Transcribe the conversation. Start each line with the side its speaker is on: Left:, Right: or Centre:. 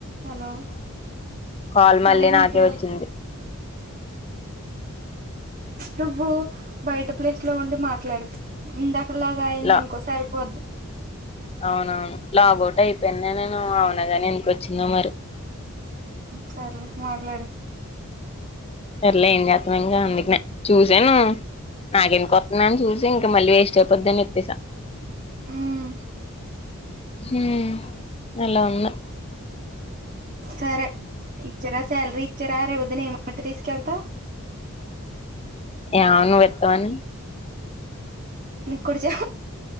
Right: Hello
Left: call మళ్ళీ
Right: మళ్లీ నీకే
Left: నాకే
Right: వ
Left: వచ్చింది
Right: నువ్వు బయట ప్లేస్ లో ఉండి మాట్లాడు. ఇందకడ లాగా అయిందనుకో
Left: లా
Right: సరిపోద్
Left: అవునవును లాగౌట్ అయిపోయిన్నే నేను, అవునా గాని ఎందుకచ్చిందో మరి.
Right: సర్లే మాట్లాడు
Left: సర్లే ఏం చేత్తన్నావ్ ఇంగ, అందుకనే చూసాను నాకెందుకు అతుందని చూసి ఇంకా మళ్ళీ వేస్ట్ అయిపోద్దని ఎత్తేసా.
Right: ఉమ్
Left: హ్మ్ అలా ఉన్నా
Right: సరే ఇచ్చారా సాలరీ ఇచ్చారా, రే వదిని ఏమట్టి తీసుకెళ్తావ్
Left: యా నువ్వు ఇత్తావని
Right: నీకు కూడా చ